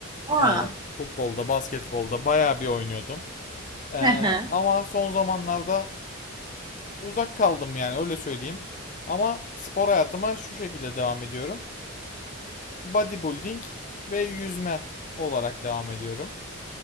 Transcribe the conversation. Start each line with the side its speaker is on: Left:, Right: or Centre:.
Right: Aa.
Left: Eee, futbolda, basketbolda bayağı bir oynuyordum. Eee,
Right: Hı hı.
Left: ama son zamanlarda uzak kaldım yani öyle söyleyeyim. Ama spor hayatıma şu şekilde devam ediyorum. Bodybuilding ve yüzme olarak devam ediyorum.